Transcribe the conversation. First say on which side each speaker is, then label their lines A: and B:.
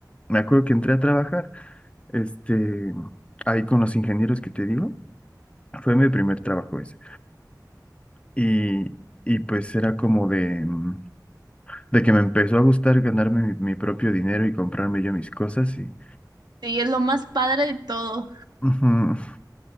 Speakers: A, on the left; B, on the right.
A: me acuerdo que entré a trabajar, este, ahí con los ingenieros que te digo, fue mi primer trabajo ese. Y, y pues era como de, mm, de que me empezó a gustar ganarme mi, mi propio dinero y comprarme yo mis cosas y,
B: Sí, es lo más padre de todo.
A: ujú,